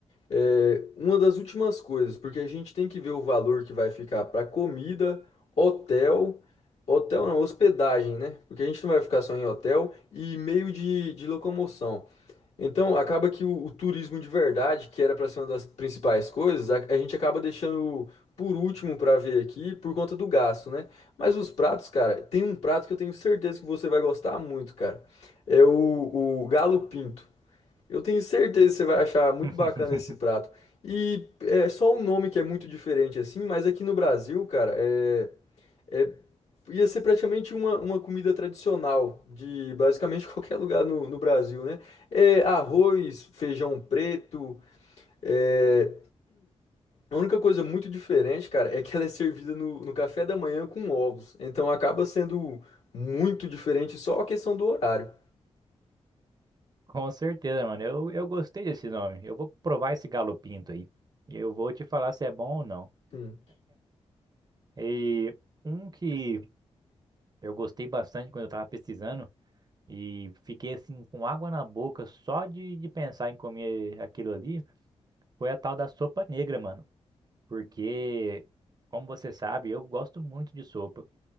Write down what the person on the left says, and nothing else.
É, uma das últimas coisas, porque a gente tem que ver o valor que vai ficar para comida, hotel, hotel não, hospedagem, né? Porque a gente não vai ficar só em hotel e meio de, de locomoção. Então, acaba que o, o turismo de verdade, que era para ser uma das principais coisas, a, a gente acaba deixando por último para ver aqui por conta do gasto, né? Mas os pratos, cara, tem um prato que eu tenho certeza que você vai gostar muito, cara. É o, o galo pinto. Eu tenho certeza que você vai achar muito
bacana esse prato. E é só um nome que é muito diferente assim, mas aqui no Brasil, cara, é, é- ia ser praticamente uma, uma comida tradicional de basicamente <laughs> qualquer lugar no, no Brasil, né? É arroz, feijão preto. é, A única coisa muito diferente, cara, é que ela é servida no, no café da manhã com ovos. Então acaba sendo muito diferente só a questão do horário.
Hum.